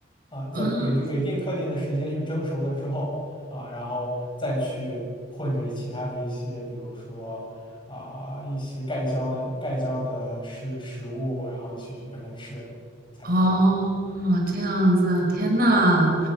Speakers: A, on the left; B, on the right.
A: 啊，再给给定特定的时间去蒸熟了之后啊，
B: 嗯
A: 然后再去混着其他的一些，比如说。啊，一些盖浇的盖浇的食食物，然后一起去跟它吃才可以。
B: 哦，这样子啊，天呐，